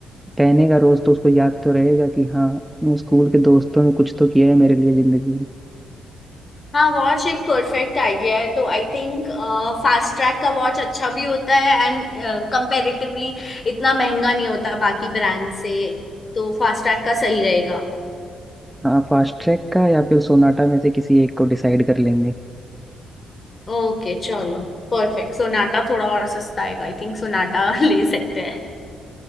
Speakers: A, in the centre; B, on the left.
A: पहनेगा रोज तो उसको याद तो रहेगा कि हाँ स्कूल के दोस्तों ने कुछ तो किया है मेरे लिए जिंदगी में
B: हाँ वॉच एक परफेक्ट आइडिया है तो आई थिंक फास्ट ट्रैक का वॉच अच्छा भी होता है एंड कंपैरेटिवली इतना महंगा नहीं होता बाकी ब्रांड से तो फास्ट ट्रैक का सही रहेगा
A: हाँ फास्ट ट्रैक का या फिर सोनाटा में से किसी एक को डिसाइड कर लेंगे
B: ओके चलो परफेक्ट सोनाटा थोड़ा और सस्ता आएगा आई थिंक सोनाटा <laughs> ले सकते हैं